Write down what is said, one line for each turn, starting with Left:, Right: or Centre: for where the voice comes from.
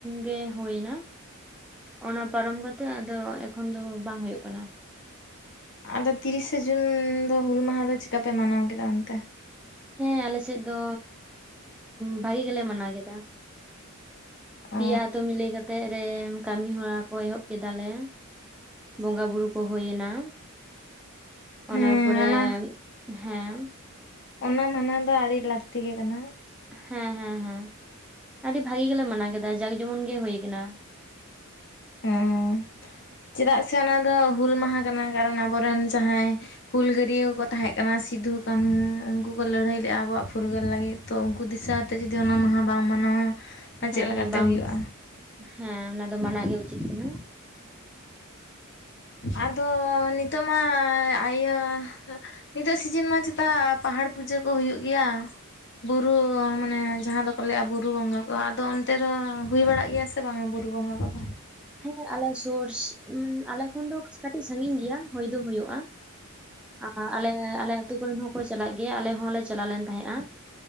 Centre: ᱜᱮ ᱦᱩᱭᱮᱱᱟ ᱚᱱᱟ ᱯᱟᱨᱚᱢ ᱠᱟᱛᱮ ᱟᱫᱚ ᱮᱠᱷᱚᱱ ᱫᱚ ᱵᱟᱝ ᱦᱩᱭᱩᱜ ᱠᱟᱱᱟ
Left: ᱟᱫᱚ ᱛᱤᱨᱤᱥᱮ ᱡᱩᱱ ᱫᱚ ᱦᱩᱞ ᱢᱟᱦᱟ ᱫᱚ ᱪᱤᱠᱟᱯᱮ ᱢᱟᱱᱟᱣ ᱠᱮᱫᱟ ᱚᱱᱛᱮ
Centre: ᱦᱮᱸ ᱟᱞᱮ ᱥᱮᱫ ᱫᱚ ᱵᱷᱟᱜᱤ ᱜᱮᱞᱮ ᱢᱟᱱᱟᱣ ᱠᱮᱫᱟ᱾
Left: ᱚ
Centre: ᱯᱮᱭᱟ ᱟᱛᱩ ᱢᱤᱞᱟᱹᱣ ᱠᱟᱛᱮᱜ ᱨᱮ ᱠᱟᱹᱢᱤ ᱦᱚᱨᱟ ᱠᱚ ᱮᱦᱚᱵ ᱠᱮᱫᱟ ᱞᱮ᱾ ᱵᱚᱸᱜᱟ ᱵᱩᱨᱩ ᱠᱚ ᱦᱩᱭᱮᱱᱟ ᱚᱱᱟ
Left: ᱦᱮᱸ
Centre: ᱯᱚᱨᱮ
Left: ᱚᱱᱟ
Centre: ᱦᱮᱸ
Left: ᱚᱱᱟ ᱢᱟᱱᱟ ᱫᱚ ᱟᱹᱰᱤ ᱞᱟᱹᱠᱛᱤ ᱜᱮ ᱠᱟᱱᱟ
Centre: ᱦᱮᱸ ᱦᱮᱸ ᱦᱮᱸ, ᱟᱹᱰᱤ ᱵᱷᱟᱜᱤ ᱜᱮᱞᱮ ᱢᱟᱱᱟᱣ ᱠᱮᱫᱟ ᱡᱟᱠ ᱡᱮᱢᱚᱱ ᱜᱮ ᱦᱩᱭ ᱟᱠᱟᱱᱟ᱾
Left: ᱚᱸᱻ ᱪᱮᱫᱟᱜ ᱥᱮ ᱚᱱᱟ ᱫᱚ ᱦᱩᱞ ᱢᱟᱦᱟ ᱠᱟᱱᱟ᱾ ᱠᱟᱨᱚᱱ ᱟᱵᱚᱨᱮᱱ ᱡᱟᱦᱟᱸᱭ ᱦᱩᱞᱜᱟᱹᱨᱤᱭᱟᱹ ᱠᱚᱠᱚ ᱛᱟᱦᱮᱸ ᱠᱟᱱᱟ ᱥᱤᱫᱩ ᱠᱟᱹᱱᱦᱩ ᱩᱱᱠᱩ ᱠᱚ ᱞᱟᱹᱲᱦᱟᱹᱭ ᱞᱮᱫ-ᱟ ᱟᱵᱚᱣᱟᱜ ᱯᱷᱩᱨᱜᱟᱹᱞ ᱞᱟᱹᱜᱤᱫ᱾ ᱛᱚ ᱩᱱᱠᱩ ᱫᱤᱥᱟᱹᱟᱛᱮ ᱡᱚᱫᱤ ᱚᱱᱟ ᱢᱟᱦᱟ ᱵᱟᱢ ᱢᱟᱱᱟᱣᱟ ᱪᱮᱫ
Centre: ᱦᱮᱸ
Left: ᱞᱮᱠᱟᱛᱮ
Centre: ᱦᱮᱸ ᱵᱟᱝ
Left: ᱦᱩᱭᱩᱜᱼᱟ
Centre: ᱦᱮᱸ ᱚᱱᱟ ᱫᱚ ᱢᱟᱱᱟ ᱜᱮ ᱩᱪᱤᱛ ᱠᱟᱱᱟ
Left: ᱟᱫᱚ ᱱᱤᱛᱚᱜ ᱢᱟ ᱤᱭᱟᱹ ᱱᱤᱛᱚᱜ ᱥᱤᱡᱚᱱ ᱢᱟ ᱪᱮᱛᱟ ᱯᱟᱦᱟᱲ ᱯᱩᱡᱟᱹ ᱠᱚ ᱦᱩᱭᱩᱜ ᱜᱮ ᱜᱮᱭᱟ ᱵᱩᱨᱩ ᱢᱟᱱᱮ ᱡᱟᱦᱟᱸ ᱫᱚ ᱠᱚ ᱞᱮᱫᱼᱟ ᱵᱩᱨᱩ ᱵᱚᱸᱜᱟ ᱠᱚ ᱟᱫᱚ ᱚᱱᱛᱮ ᱫᱚ ᱦᱩᱭ ᱵᱟᱲᱟᱜ ᱜᱮᱭᱟ ᱥᱮ ᱵᱟᱝᱟ ᱵᱩᱨᱩ ᱵᱚᱸᱜᱟ ᱠᱚᱫᱚ
Centre: ᱦᱮᱸ ᱟᱞᱮ ᱥᱩᱨ ᱟᱞᱮ ᱠᱷᱚᱱ ᱫᱚ ᱠᱟᱹᱴᱤᱡ ᱥᱟᱺᱜᱤᱧ ᱜᱮᱭᱟ ᱦᱩᱭ ᱫᱚ ᱦᱳᱭᱳᱜᱼᱟ ᱟᱨ ᱟᱞᱮ ᱟᱞᱮ ᱟᱹᱛᱩ ᱠᱚᱨᱮᱱ ᱦᱚᱸᱠᱚ ᱪᱟᱞᱟᱜ ᱜᱮᱭᱟ ᱟᱞᱮ ᱦᱚᱸᱞᱮ ᱪᱟᱞᱟᱣ ᱞᱮᱱ ᱛᱟᱦᱮᱸᱼᱟ